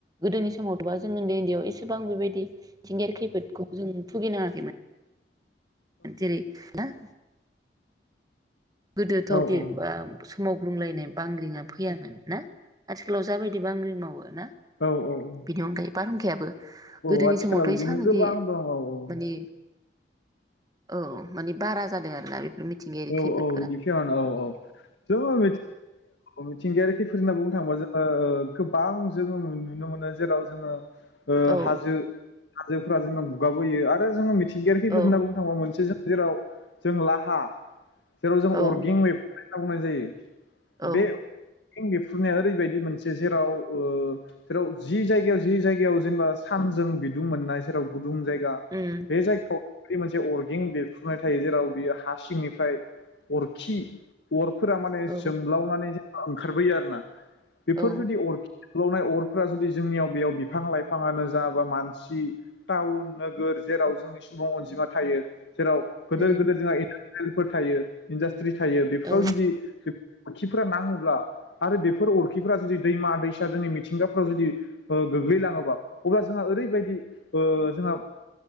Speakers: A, on the right; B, on the left.
A: गोदोनि समावबा जों उन्दै उन्दैयाव एसेबां बेबायदि थिंगायारि खै खैफोदखौ जों भुगिनाङा खैमोन। जेरै ना। गोदोथ'
B: औ
A: <unintelligible> मावगुं लायनाय बांग्रिंआ फैयामोन ना आथिखालाव जाबायदि बांग्रिं मावो ना।
B: औ औ
A: बेनि अनगायै बारहुंखायाबो गोदोनि
B: आथिखालाव
A: समावथ'
B: बिदिनो
A: एसां
B: गोबां
A: इदि
B: दं औ औ
A: माने औ माने बारा जादों आरोना बे बेफोर मिथिंगायारि
B: औ
A: खैफद
B: औ औ जों मिथिंगायारि खैफोद होनना बुंनो थांङोबा जों ओ ओ गोबां जोङो नुनो मोनो जेराव जोङो ओ
A: औ
B: हाजो हाजोफ्रा जोंनाव गुगाबोयो आरो जो मिथिं मिथिंगायारि खौफोद
A: औ
B: होनना बुंनो थांबा मोनसे जों जेराव जों लाहा जेराव जों
A: औ
B: अरगें बे खावनाय जायो
A: औ
B: बे बिरफ्रुनाया ओरैबायदि मोनसे जेराव ओ जेराव जि जायगायाव जि जायगायाव जेनेबा सानजों बिदुं मोननाय जेराव गु दुं जायगा
A: उम
B: बे जायगायाव फ्रि मोनसे अरगें बेरफ्रुनाय थायो जेराव बेयो हा सिंनि ओमफ्राय अरखि अरफोरा माने
A: औ
B: जोंब्लावनानै ओंखारबोयो आरो ना बेफोर
A: औ
B: जुदि अरखि जोंब्लावनाय अरफोरा जुदि जोंनियाव बेयाव बिफां- लाइफाङानो जा बा मानसि टाउन नोगोर जेराव जोंनि सुबुं अनजिमा थायो। जेराव गोदोर
A: उम
B: गोदोर जोंहा फोर थायो इदासथि <unintelligible> थायो बेफोराव
A: औ
B: जुदि अरखिफोरा नाङोब्ला आरो बेफोर अरखिफोरा जुदि दैमा दैसा जोंनि मिथिंगाफोराव जुदि गोग्लैलाङोबा अब्ला जोंहा ओरैबायदि ओ जोंहा